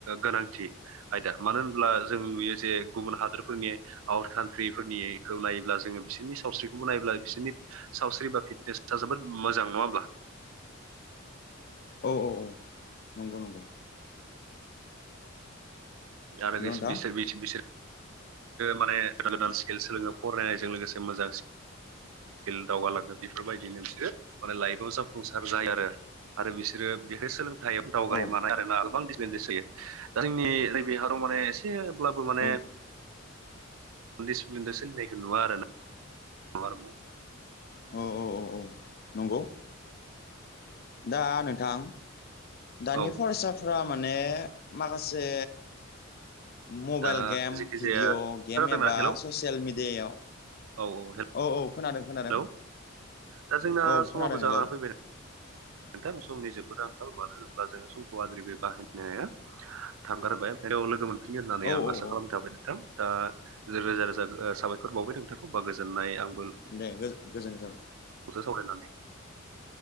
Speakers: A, on the right; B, on the left.
A: गोनांथि आयदा मानो होनब्ला जों नुयो जे गुबुन हादरफोरनि आउट कान्ट्रिफोरनिखौ नायोब्ला जोङो बिसोरनि सावस्रिखौबो नायोब्ला बिसोरनि सावस्रि बा फिटनेसा जोबोद मोजां नङा होमब्ला?
B: औ औ औ नंगौ नंगौ
A: दा आरो
B: हेल' नोंथां
A: बिसोर बि बिसोर माने गोदान गोदान स्किल सोलोङो फरायनायजों लोगोसे मोजां स्किल दावगाालांनो बेफोरबायदिनो बिसोर माने लाइफआव जाफुंसार जायो आरो। आरो बिसोरो बेहाय सोलोंथाइयाव दावगानाय
B: औ
A: मानाय आरोना गोबां इनदिपेडेन्स होयो दा जोंनि नैबे हादाव माने एसेब्लाबो माने
B: औ
A: दिसिप्लिनजो सोलिनायखौ नुवा आरो ना ब
B: औ औ औ नंगौ दा नोंथां दानि
A: औ
B: फरायसा फ्रा माने माखासे मबाइल
A: दा
B: गेम
A: जेखि
B: भिडिअ'
A: जाया
B: गेम
A: खोनादोंना
B: एबा
A: हेलौ
B: ससियेल मिेडियायाव
A: औ औ।
B: औ औ खोनादों खोनादों
A: हेलौ दा जोंना
B: औ
A: समाबो
B: खोनादों हेलौ।
A: जाना फैबाय नोंथां समनि जोबोद आंखाल मानो होनोब्ला जोङो समखौ आद्रि बे बाहायनाया। थांगारबाय याव लोगो मोनफिगोन होननानै
B: औ
A: आं आसा
B: औ
A: खालामथाबाय नोंथां। दा रोजा रोजा साबायखर बावबाय नोंथांखौ बा गोजोननाय आंबो।
B: दे गोजोनथों।
A: नोंथांजो सावरायनानै।